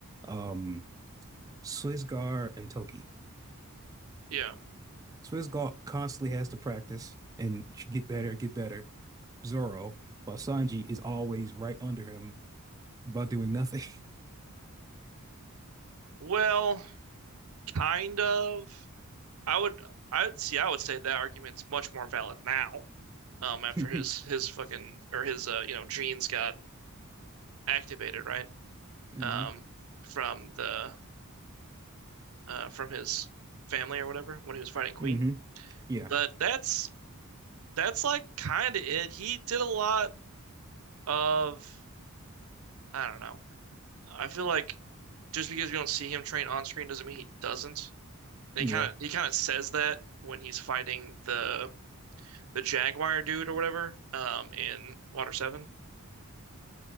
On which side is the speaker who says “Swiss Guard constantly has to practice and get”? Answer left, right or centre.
Right